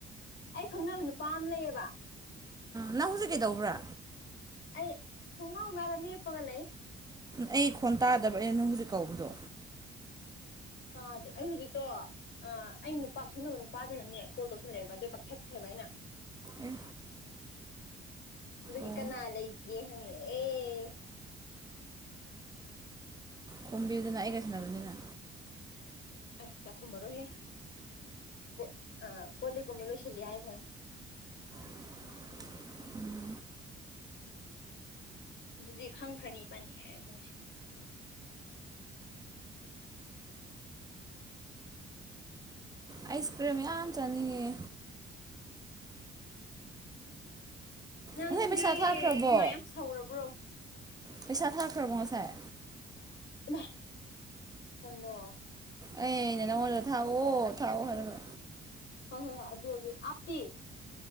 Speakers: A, on the left (about 70°); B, on the right (about 20°).
A: ꯑꯩ ꯈꯪꯅꯕ ꯅꯨꯄꯥ ꯑꯃ ꯂꯩꯌꯦꯕ
B: ꯅꯪ ꯍꯨꯖꯤꯛ ꯀꯩꯗꯧꯕ꯭ꯔꯥ
A: ꯑꯩ ꯊꯣꯡꯅꯥꯎ ꯃꯌꯥꯗ ꯂꯦꯞꯄꯒ ꯂꯩ
B: ꯑꯩ ꯈꯣꯟ ꯇꯥꯗꯕ ꯑ ꯅꯪ ꯍꯨꯖꯤꯛ ꯀꯧꯕꯗꯣ
A: ꯇꯥꯗꯦ ꯑꯩ ꯍꯧꯖꯤꯛꯇꯣ ꯑꯩ ꯅꯨꯄꯥ ꯈꯪꯅꯕ ꯅꯨꯄꯥꯗꯅꯅꯦ ꯀꯣꯜ ꯇꯧꯁꯜꯂꯛꯑꯦꯕ ꯑꯗꯨꯢ ꯀꯛꯊꯠꯈ꯭ꯔꯦꯕ ꯑꯗ ꯑꯩꯅ
B: ꯑꯦ
A: ꯑꯗꯨꯒꯤ
B: ꯑꯣ
A: ꯀꯅꯥ ꯂꯩꯒꯦ ꯍꯪꯂꯛ ꯑꯦ
B: ꯈꯣꯝꯕꯤꯌꯨꯗꯅ ꯑꯩꯒ ꯁꯥꯟꯅꯕꯅꯦꯅ
A: ꯑꯦ ꯌꯥꯢꯈꯣꯝꯕꯔꯣ ꯍꯦ ꯑꯦ ꯑ ꯣꯂꯤꯛ ꯀꯨꯝꯕ ꯂꯣꯏꯁꯤꯜꯂꯤ ꯍꯥꯢꯈ꯭ꯔꯦ
B: ꯎꯝ
A: ꯑꯗꯨꯗꯤ ꯈꯪꯈ꯭ꯔꯅꯤ ꯏꯕꯥꯅꯤ ꯑꯦ ꯍꯥꯢꯕꯁꯤ
B: ꯑꯥꯏꯁ ꯀ꯭ꯔꯤꯝ ꯌꯥꯝ ꯆꯥꯅꯤꯡꯉꯦ
A: ꯅꯪꯗꯤ
B: ꯉꯁꯥꯏ ꯄꯩꯁꯥ ꯊꯥꯈ꯭ꯔꯕꯣ
A: ꯍꯨꯃꯥꯡ ꯌꯥꯝ ꯁꯧꯔꯕ꯭ꯔꯣ
B: ꯄꯩꯁꯥ ꯊꯥꯈ꯭ꯔꯕꯣꯉꯁꯥꯏ
A: ꯏꯃꯥ ꯀꯅꯣ
B: ꯑꯩꯅ ꯅꯉꯣꯟꯗ ꯊꯥꯎꯑꯣ ꯊꯥꯎꯑꯣ ꯍꯥꯢꯔꯒ
A: ꯍꯣ ꯍꯣ ꯍꯣꯢ ꯍꯨꯖꯤꯛ ꯍꯨꯖꯤꯛ ꯑꯞꯇꯤ